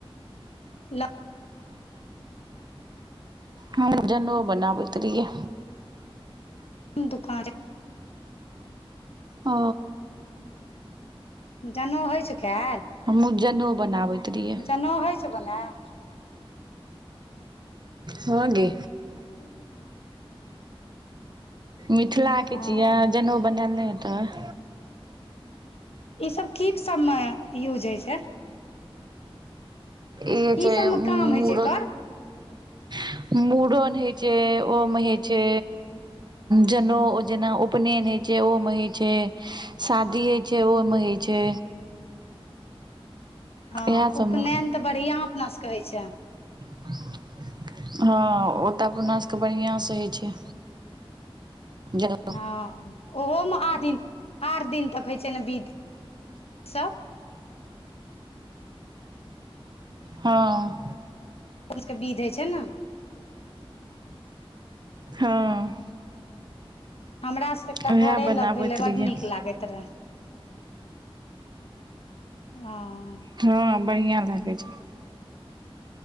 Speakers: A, on the left; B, on the right.
A: ला
B: हमहू जनेऊ बनाबैत रहिए।
A: हम दुकान
B: ओ
A: जनेउ होइ छै काइल?
B: हममु जनेऊ बनाबैत। रहियै
A: जनेउ होइ छो बनेल?
B: हँ गे
A: <unintelligible>
B: मिथिलाके
A: ओ
B: छियै जनेउ बनायल नहि हेतऽ।
A: ई सब की सबमे यूज होइ छै?
B: ई
A: की
B: छै
A: सबमे
B: मूरह
A: काम होइ छै एकर
B: <unintelligible> मूड़न होइ छै ओमे होइ छै जनेउ जेना उपनयन होइ छै। ओमे होइ छै शादी होइ छै ओमे होइ छै।
A: हँ
B: इएह सबमे
A: उपनयन तऽ बढ़िआँ अपनासँ कऽ होय छैय
B: हँ, ओ तऽ अपना सभके बढ़िआँसँ होइ छै। <unintelligible>
A: हँ ओहोमे आ दिन आठ दिन तक होइ छै नऽ बिध, सब।
B: हँ
A: <unintelligible> बिध होइ छै नऽ
B: हँ
A: हमरा सब एकटा
B: उएह
A: घरे
B: बनाबैत
A: लग भेले बड
B: रहियै
A: नीक लागैत रहे। हां
B: हँ, बढ़िया लागे छैय।